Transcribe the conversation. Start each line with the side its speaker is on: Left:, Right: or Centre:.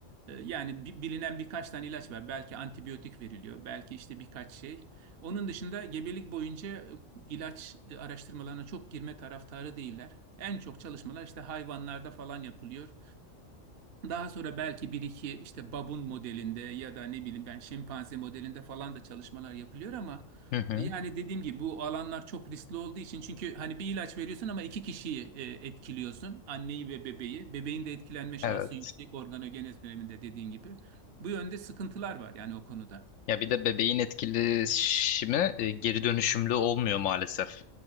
Right: Ee, Yani bi- bilinen birkaç tane ilaç var. Belki antibiyotik veriliyor, belki işte birkaç şey. Onun dışında gebelik boyunca e, ilaç e, araştırmalarına çok girme taraftarı değiller. En çok çalışmalar işte hayvanlarda falan yapılıyor. Daha sonra belki bir iki işte babun modelinde ya da ne bileyim ben şempanze modelinde falan da çalışmalar yapılıyor ama
Left: hı hı.
Right: e, yani dediğim gibi bu alanlar çok riskli olduğu için çünkü hani bir ilaç veriyorsun ama iki kişiyi e, etkiliyorsun. Anneyi ve bebeği. Bebeğin de etkilenme şansı
Left: Evet.
Right: yüksek organogenez döneminde dediğin gibi. Bu yönde sıkıntılar var yani o konuda.
Left: Ya bir de bebeğin etkileşimi e, geri dönüşümlü olmuyor maalesef.